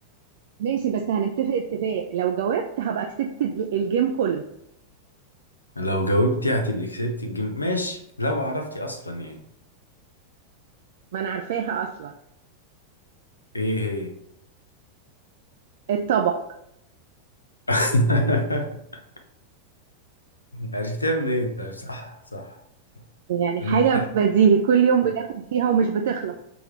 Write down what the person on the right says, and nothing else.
ماشي بس هنتفق اتفاق لو جاوبت هبقى كسبت الج- الجيم كله
ما انا عارفاها اصلا
الطبق
يعني
حاجة
بديهي كل يوم بناكل فيها ومش بتخلص